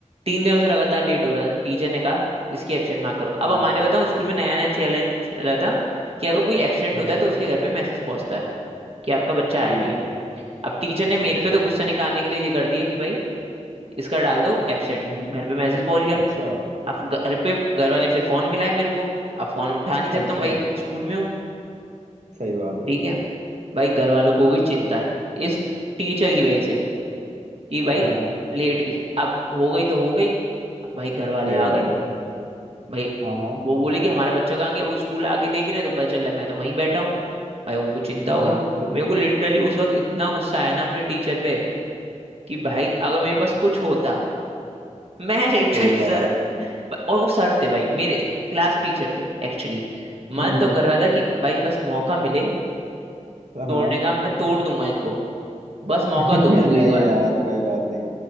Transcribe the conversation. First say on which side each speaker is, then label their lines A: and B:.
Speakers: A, on the right; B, on the right.
A: तीन दिनों से लगातार लेट हो रहा था टीचर ने कहा इसके एब्सेंट मार्क करो अब
B: हाँ
A: हमारे बताओ स्कूल में नया नया चैलेंज रहा था कि अगर कोई एब्सेंट
B: हाँ
A: होता है तो उसके घर पे मैसेज पहुंचता है कि आपका बच्चा आया
B: ठीक
A: नहीं
B: है
A: है अब टीचर
B: अच्छा
A: ने मेरे
B: अच्छा
A: पे तो गुस्सा निकालने के लिए ये कर दिया कि भाई इसका डाल दो एब्सेंट
B: हम्म हम्म।
A: घर पे मैसेज पहुंच गया
B: अच्छा
A: अब घर पे घर वाले फिर फोन मिलाए मेरे को अब फोन उठा नहीं सकता
B: अच्छा
A: हूँ भाई स्कूल में हूँ
B: सही बात है
A: ठीक है भाई घर वालों को होगी चिंता इस टीचर की वजह से कि भाई
B: हाँ हाँ
A: लेट की अब हो गई तो हो गई भाई घर वाले
B: सही
A: आ
B: बात
A: गए
B: है
A: भाई
B: हाँ हाँ
A: वो बोले कि हमारा बच्चा कहाँ गया वो स्कूल आके देख रहे हैं तो पता चला मैं तो वहीं बैठा हूँ भाई उनको चिंता हो
B: हाँ
A: गई
B: हाँ, फिर
A: मेरे को लिटरली उस वक्त इतना गुस्सा आया ना अपने टीचर पे कि भाई अगर मेरे पास कुछ होता मैं <laughs> लिटरली
B: सही बात
A: सर
B: है
A: और वो सर थे भाई मेरे क्लास टीचर थे एक्चुअली मन
B: हम्म
A: तो कर रहा था कि भाई बस मौका मिले
B: हाँ
A: तोड़ने का मैं तोड़ दूंगा इनको बस मौका
B: <laughs>
A: दो
B: नहीं
A: मेरे को एक बार
B: यार कोई बात नहीं